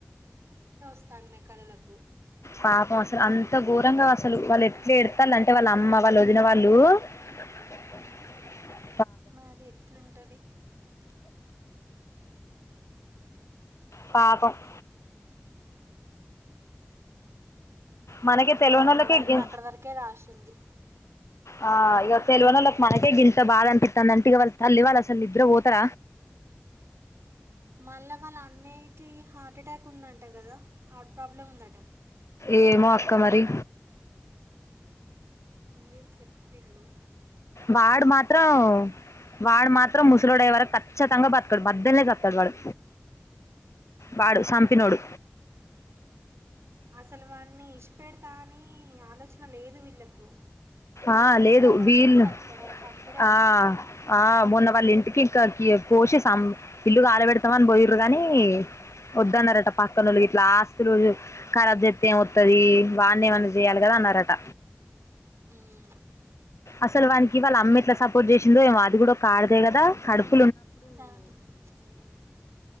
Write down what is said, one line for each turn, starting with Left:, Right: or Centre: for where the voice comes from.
Right: స్థానా నా కలలకు
Left: పాపం అసలు అంత ఘోరంగా అసలు వాళ్ళు ఎట్లా ఏడుత్తాళ్ళు అంటే వాళ్ళ అమ్మ వాళ్ళ వదిన వాళ్ళు <inaudible>
Right: మరి ఎట్లుంటది
Left: పాపం <inaudible> మనకి
Right: ఇక
Left: తెలివనోలకే
Right: ఆమె లైఫ్
Left: గి
Right: అక్కడ వరకే రాసి ఉంది
Left: ఆ ఇగ తెల్వనోలకి మనకే గింత బాధనపితాందంటే ఇగ వాల్ తల్లి వాళ్ళు అసలు నిద్ద్ర పోతర
Right: మళ్ళా వాళ్ళ అన్నయకి హార్ట్ ఎటాక్ ఉందంట కదా హార్ట్ ప్రాబ్లమ్ ఉంద
Left: ఏమో అక్క మరి
Right: వీర్ చెప్పిళు
Left: వాడు మాత్రం వాడు మాత మాత్రం ముసలోడయే వరకు ఖచ్చితంగా బతకడు మద్యల్నే జతడు వాడు
Right: ఉమ్.
Left: వాడు సంపినోడు
Right: అసలు వాడిని ఇడిసిపెడతా అని ఆలోచన లేదు వీళ్ళకు
Left: ఆ లేదు
Right: ఎక్కడ కనిపిస్తే
Left: వీల్
Right: అక్కడ చంపుడే
Left: ఆ
Right: అసలు
Left: ఆ మొన్న వాళ్ళ ఇంటికి ఇంక కోషి సంప్ ఇల్లు కాల పెడతామని పోయిర్రు కాని వద్దన్నారట పక్కనోళ్ళ ఇట్లా ఆస్తులు కరాబ్ జేతే ఏమొతది వాని ఏమన్నా చేయాల కదా అన్నారట
Right: హ్మ్
Left: అసలు వానికి వాళ్ళ అమ్మ ఎట్లా సపోర్ట్ చేసిందో ఏమో అది కూడా ఒక ఆడదే కదా కడుప్
Right: దాన్ మ్